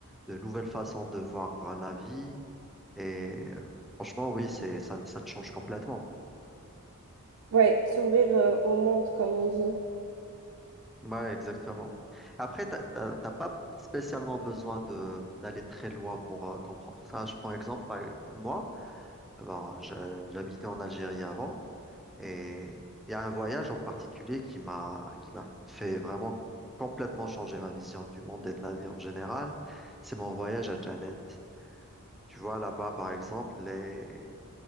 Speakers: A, in the centre; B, on the right.
A: de nouvelles façons de voir la vie. Et euh, franchement, oui, c'est ça, ça te change complètement.
B: Ouais, s'ouvrir euh, au monde, comme on dit.
A: Ouais, exactement. Après, t'as t'as- t'as pas spécialement besoin de d'aller très loin pour euh, comprendre ça. Je prends exemple, par- e-, moi, bon, je- j'habitais en Algérie avant et il y a un voyage en particulier qui m'a qui m'a fait vraiment complètement changer ma vision du monde et de la vie en général. C'est mon voyage à Janet. Tu vois, là-bas, par exemple, les,